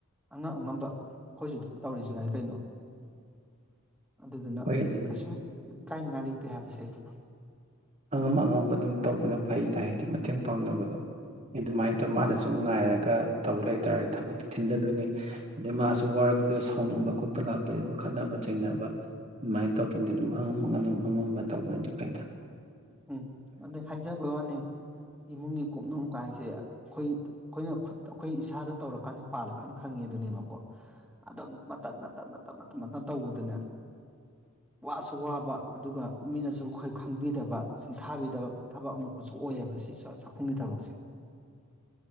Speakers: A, in the centre; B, on the right.
A: ꯑꯉ ꯑꯉꯝꯕ ꯑꯩꯈꯣꯏꯁꯨ ꯑꯗꯨꯝ ꯇꯧꯔꯤꯁꯤ ꯉꯥꯏ ꯀꯩꯅꯣ ꯑꯗꯨꯗꯨꯅ
B: ꯍꯣꯏ ꯑꯗꯨꯅꯤ
A: ꯀꯩꯁꯨ ꯏꯀꯥꯏꯅꯉꯥꯏ ꯂꯩꯇꯦ ꯍꯥꯏꯕꯁꯦ ꯑꯩꯗꯣ
B: ꯑꯉꯝ ꯑꯉꯝꯕ ꯑꯗꯨꯝ ꯇꯧꯕꯅ ꯐꯩꯅ ꯍꯥꯏꯗꯤ ꯃꯇꯦꯡ ꯄꯥꯡꯅꯕꯗꯣ ꯑꯗꯨꯃꯥꯏꯅ ꯇꯧꯔ ꯃꯥꯗ ꯁꯨꯝ ꯉꯥꯏꯔꯒ ꯇꯧꯕ ꯂꯩꯇꯥꯥꯔꯗꯤ ꯊꯕꯛꯇ ꯊꯤꯟꯊꯗꯣꯏꯅꯦ ꯑꯗꯩ ꯃꯥꯁꯨ ꯋꯥꯔꯛꯇꯨꯗ ꯁꯥꯎꯅꯤꯡꯕ ꯈꯣꯠꯄ ꯂꯥꯛꯄꯗ ꯑꯗꯨꯝ ꯈꯠꯅꯕ ꯆꯩꯅꯕ ꯑꯗꯨꯃꯥꯏꯅ ꯇꯧꯗꯅꯤ ꯑꯗꯨꯝ ꯑꯉꯝꯝꯕ ꯑꯗꯨꯝ ꯑꯉꯝꯕ ꯇꯧꯕ ꯑꯗꯨ ꯀꯩꯗ
A: ꯎꯝ ꯑꯗ ꯍꯥꯏꯖꯕꯩ ꯋꯥꯅꯤ ꯏꯃꯨꯡꯒꯤ ꯀꯨꯞꯅꯣ ꯀꯥꯏꯁꯦ ꯑꯩꯈꯣꯏ ꯑꯩꯈꯣꯏꯅ ꯈꯨꯠ ꯑꯩꯈꯣꯏ ꯏꯁꯥꯗ ꯇꯧꯔꯀꯥꯟꯗ ꯄꯥꯜꯂꯀꯥꯟꯗ ꯈꯪꯉꯦ ꯑꯗꯨꯅꯦꯕꯀꯣ ꯑꯗꯨꯝ ꯃꯇꯠ ꯃꯇꯠ ꯃꯇ ꯃꯇꯝ ꯃꯇꯝ ꯇꯧꯕꯗꯨꯅꯦ ꯋꯥꯁꯨ ꯋꯥꯕ ꯑꯗꯨꯒ ꯃꯤꯅꯁꯨ ꯑꯩꯈꯣꯏ ꯈꯪꯕꯤꯗꯕ ꯁꯤꯡꯊꯥꯕꯤꯗꯕ ꯊꯕꯛ ꯑꯃꯨꯛꯀꯁꯨ ꯑꯣꯏꯌꯦꯕ ꯁꯤ ꯆꯥꯛꯈꯨꯝꯒꯤ ꯊꯕꯛꯁꯦ